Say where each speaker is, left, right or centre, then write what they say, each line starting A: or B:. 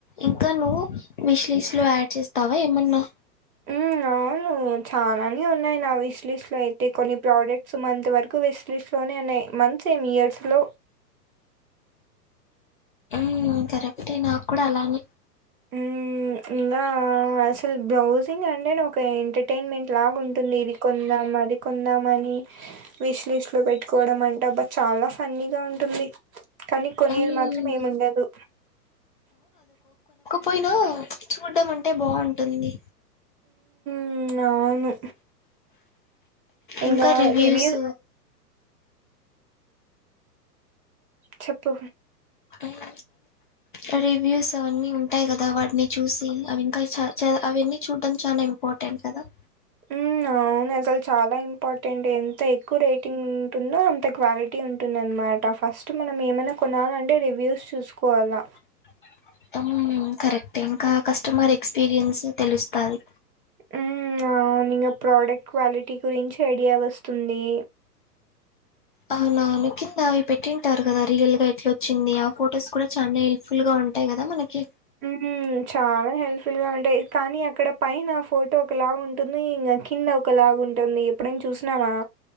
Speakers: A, on the left; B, on the right.
A: ఇంకా నువ్వు మిష్లిస్లు యాడ్ చేస్తావా ఏమన్నా
B: హ్మ్ అవును చాలానే ఉన్నాయి నా విష్ లిస్ట్ లో అయితే కొన్ని ప్రోడక్ట్స్ మంత్ వరకు విష్ లిస్ట్ లోన్ నే ఉన్నాయి మంత్స్ ఎం ఇయర్స్ లో
A: ఉమ్ కరెక్టే నాకు కూడా అలానే
B: ఉమ్ ఇంగా అసలు బ్రౌజింగ్ అంటేనే ఒక ఎంటర్టైన్మెంట్ ట్ లాగుంటుంది ఇది కొందాం అది కొందామని విష్ లిస్ట్ లో పెట్టుకోవడం అంట అబ్బా చాలా ఫన్నీగా ఉంటుంది. కానీ కొనేది
A: హ్మ్
B: మాత్రం ఏముండదు
A: పోయినా చూడ్డం అంటే బాగుంటుంది.
B: ఉమ్ అవును ఇంగా
A: ఇంకా రివ్యూస్
B: రివ్యూ చెప్పు
A: ఉమ్ అదే రివ్యూస్ అవన్నీ ఉంటాయి, కదా వాటిని చూసి అవి ఇంకా చ చ అవన్నీ చూడడం చానా ఇంపార్టెంట్ ఎంకాద
B: ఉమ్ అవునెసల్ చాలా ఇంపార్టెంటె ఎంత ఎక్కువ రేటింగ్ ఉంటుందో అంత క్వాలిటీ ఉంటుందన్మాట ఫస్ట్ మ మనం ఏమైనా కొనాలంటే రివ్యూస్ చూసుకోవాల్ల
A: అవునా కరెక్టె ఇంకా కస్టమర్ ఎక్స్పీరియన్స్ తెలుస్తాది
B: ఉమ్ అవును ఇంగా ప్రోడక్ట్ క్వాలిటీ గురించి ఐడియా వస్తుంది.
A: అవునావును కింద అవి పెట్టింటారు కదా. రియల్ గా ఎట్లా వచ్చింది ఆ ఫొటోస్ కూడా చాలా హెల్ప్ఫుల్ గా ఉ ఉంటాయి గదా మనకి
B: ఉమ్ చాలా హెల్ప్ఫుల్ గా ఉంటాయి. కానీ అక్కడ పై నా ఫోటో ఒకలాగా ఉంటుంది. ఇంగ న్ కింద ఒకలాగు ఉంటుంది ఎప్పుడైన చూసినావా